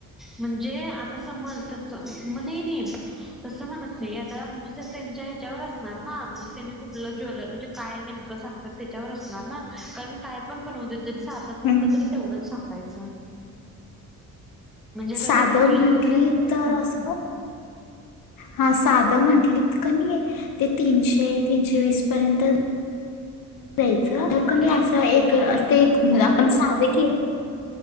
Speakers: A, in the centre; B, on the left.
A: म्हणजे आता समज त म्हणे नाही नाही तसं म्हणत नाही आता म्हणजे त्यांच्या ह्याच्यावर असणार ना म्हणजे त्यांनी कुठलं ज्ल म्हणजे काय नेमकं सांगतात त्याच्यावर असणार ना कारण मी काय पण बनव देत जरी साधं बनवलं
B: हम्म.
A: तेवढंच संपायचं. आता
B: साधम
A: ते फुलं
B: म्हंटली
A: वगैरे असतात
B: तर असं हा साधं म्हंटलीत का नाही ते तीनशे तीनशे वीसपर्यंत दयाचं तर कणी
A: रेंज
B: असं
A: मध्ये
B: एक
A: जा
B: अस
A: रेंज मध्ये जा
B: आपण साधे की